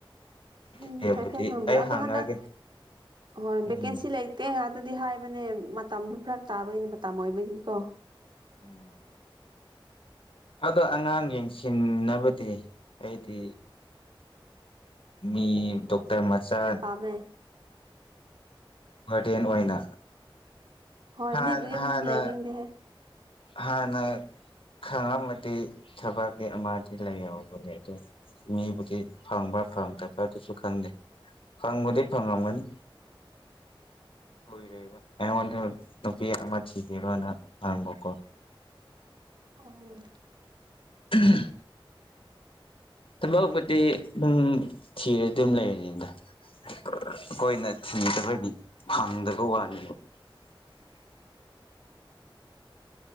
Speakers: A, on the right (about 55°); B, on the left (about 75°).
A: ꯎꯝ
B: ꯍꯣꯇꯦꯜꯕꯨꯗꯤ
A: ꯍꯥꯏꯐꯦꯠ ꯍꯪꯕꯤꯌꯣ
B: ꯑꯩ
A: ꯑꯗꯣ
B: ꯍꯥꯡꯉꯛꯑꯒꯦ
A: ꯍꯟꯗꯛ ꯍꯣꯏ
B: ꯎꯝ
A: ꯚꯦꯀꯦꯟꯁꯤ ꯂꯩ ꯇꯦ ꯉꯥꯛꯇꯗꯤ ꯍꯥꯏꯕꯅꯦ ꯃꯇꯝꯗꯣ ꯐꯔꯛ ꯇꯥꯕꯒꯤꯅꯦ ꯃꯇꯝ ꯑꯣꯏꯕꯒꯤꯀꯣ꯫
B: ꯎꯝ꯫ ꯑꯗꯣ ꯑꯉꯥꯡ ꯌꯦꯡꯁꯤꯅꯕꯗꯤ ꯑꯩꯗꯤ꯫ ꯃꯤ ꯗꯣꯛꯇꯔ ꯃꯆꯥ
A: ꯃꯥꯟꯅꯦ꯫
B: ꯋꯥꯔꯗꯦꯟ ꯑꯣꯏꯅ꯫
A: ꯍꯣꯏ
B: ꯍꯥꯟ
A: ꯃꯤꯒꯤ ꯌꯨꯝꯗꯗꯤ
B: ꯍꯥꯟꯅ
A: ꯂꯩꯅꯤꯡꯗꯦꯍꯦ꯫
B: ꯍꯥꯟꯅ ꯈꯪꯉꯝꯃꯗꯤ ꯊꯕꯛꯇꯤ ꯑꯃꯗꯤ ꯂꯩꯌꯦꯕ ꯍꯧꯖꯤꯛꯇꯤ ꯃꯤꯕꯨꯗꯤ ꯐꯪꯕ꯭ꯔ ꯐꯪꯗꯕ ꯑꯗꯨꯁꯨ ꯈꯪꯗꯦ ꯐꯪꯕꯗꯤ ꯐꯪꯉꯝꯒꯅꯤ꯫ ꯀꯨꯏꯔꯦꯕ ꯑꯩꯉꯣꯟꯗ ꯅꯨꯄꯤ ꯑꯃ ꯊꯤꯒꯦꯔꯣꯅ ꯍꯪꯕꯀꯣ꯫
A: ꯎꯝ꯫
B: ꯎꯝ ꯊꯕꯛꯄꯨꯗꯤ ꯑꯗꯨꯝ ꯊꯤꯔ ꯑꯗꯨꯝ ꯂꯩꯔꯅꯤꯗ꯫ ꯑꯩꯈꯣꯏꯅ ꯊꯤꯗꯕꯒꯤ ꯐꯪꯗꯕ ꯋꯥꯅꯦꯕ꯫